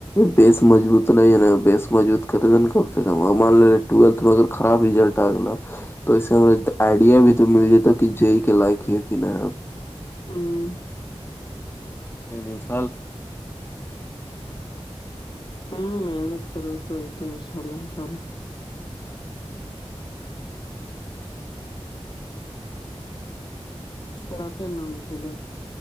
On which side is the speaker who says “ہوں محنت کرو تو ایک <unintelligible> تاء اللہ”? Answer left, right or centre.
Left